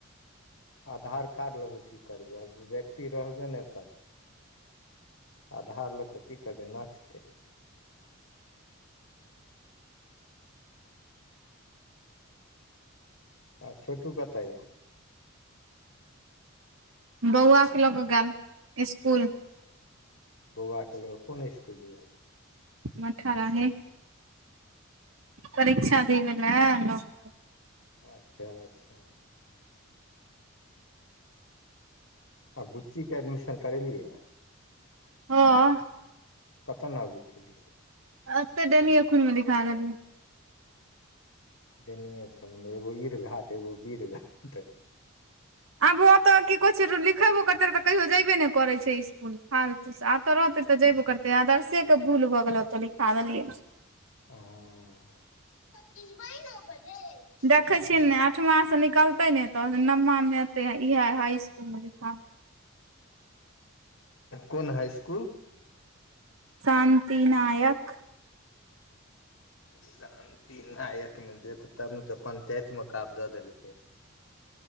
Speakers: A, on the left; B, on the right.
A: आधार कार्ड लऽ कऽ की करबै आ व्यक्ति रहबे ने करतै आधार लऽ कऽ की करतै नाचतै आ छोटू कतऽ ये
B: बौआ के लऽ के गेल स्कुल
A: बौआके लऽ कऽ कोन स्कुल गेल
B: मट्ठाराही परीक्षा
A: ओ
B: देबे ले लऽ कऽ
A: अच्छा अच्छा आ बुच्चीके एडमिशन करेलियै
B: हँ
A: कतऽ नाम लिखैली
B: अतऽ डैनीएखून मे लिखा देलियै
A: डैनीएखून मे एगो इर घाट एगो वीर घाट
B: आबो तऽ की कहै छै लिखेबो करते रहै तऽ कहियो जयबे ने करै छै स्कुल हाल आ अतऽ रहतै तऽ जयबो करतै आदर्शे के भूल भऽ गेल ओतऽ लिखा देलियै
A: ओ <unintelligible>
B: देखै छियै ने अठमाँ सँ निकलतै ने तऽ नवमामे एतै इएह हाइ स्कुलमे लिखा
A: कोन हाइ स्कुल
B: शान्ति नायक
A: शान्ति नायक मे देत तब ने तऽ पंचायत मे काब दऽ देलकै